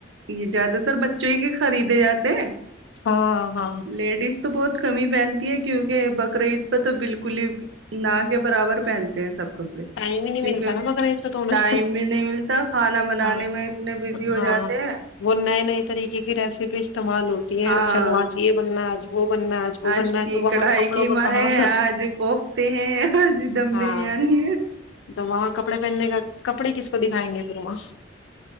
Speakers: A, on the right (about 75°); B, on the left (about 80°).
A: یہ زیادہ تر بچوں ہی کے خریدے جاتے
B: ہاں ہاں
A: لیڈیز تو بہت کمی پہنتی ہے کیونکہ بقرعید تو بالکل ہی نہ کے برابر پہن ہیں سب کپڑے
B: ٹائم ہی نہیں
A: کیونکہ
B: ملتا نا بقرعید پہ تو انہیں۔
A: ٹائم بھی نہیں ملتا کھانا بنانے
B: ہاں
A: میں اتنے بزی ہو
B: ہاں
A: جاتے ہیں
B: وہ نئے نئے طریقے کے رہیس بیچ استعمال ہوتی ہیں
A: ہاں
B: چلو آج یہ بننا ہے وہ بننا ہے وہ بننا
A: آج
B: ہے
A: کی
B: تو وہاں
A: کڑھائی
B: کپڑوں
A: قماں
B: کا کہاں
A: ہے آج کوفتے ہیں آج دم
B: ہاں
A: بریانی ہے
B: تو وہاں کپڑے پہننے کا کپڑے کس کو دکھائیں گے پھر وہاں